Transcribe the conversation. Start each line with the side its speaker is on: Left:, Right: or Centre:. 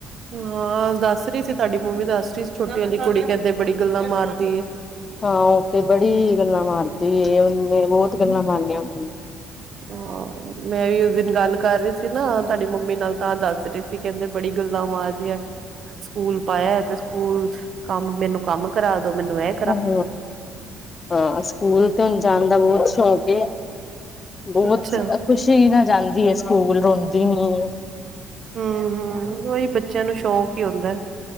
Right: ਹਾਂ, ਦੱਸ ਰੀ ਸੀ ਤੁਆਡੀ ਮੰਮੀ ਦੱਸ ਰੀ ਸੀ ਛੋਟੀ ਆਲੀ ਕੁੜੀ ਕੈੰਦੇ ਬੜੀ ਗੱਲਾਂ ਮਾਰਦੀ ਏ।
Left: ਹਾਂ ਉ ਤੇ ਬੜੀ ਗੱਲਾਂ ਮਾਰਦੇ ਉਹਨੇ ਬਹੁਤ ਗੱਲਾਂ ਮਾਰਨੀਆਂ ਆਉਂਦੀ।
Right: ਹਾਂ, ਮੈਂ ਵੀ ਉਸ ਦਿਨ ਗੱਲ ਕਰ ਰੀ ਸੀ ਨਾ ਤਾਡੀ ਮੰਮੀ ਨਾਲ। ਤਾਂ ਦੱਸ ਰੇ ਸੀ ਕੈੰਦੇ ਬੜੀ ਗੱਲਾਂ ਮਾਰਦੀ ਐ। ਸਕੂਲ ਪਾਯੈ ਤੇ ਸਕੂਲ ਕੰਮ ਮੈਨੂੰ ਕੰਮ ਕਰਾ ਦੋ, ਮੈਨੂੰ ਐ
Left: ਹਾਂ - ਹਾਂ। ਸਕੂਲ ਤੇ ਹੁਣ ਜਾਣ ਦਾ ਬਹੁਤ ਸ਼ੌਕ ਏ। ਬਹੁਤ
Right: ਹਮ
Left: ਖੁਸ਼ੀ ਨਾ ਜਾਂਦੀ ਹੈ, ਸਕੂਲ ਰੋਂਦੀ ਹੀ।
Right: ਹਮ - ਹਮ। ਉਹੀ ਬੱਚਿਆਂ ਨੂੰ ਸ਼ੌਕ ਹੀ ਹੁੰਦਾ।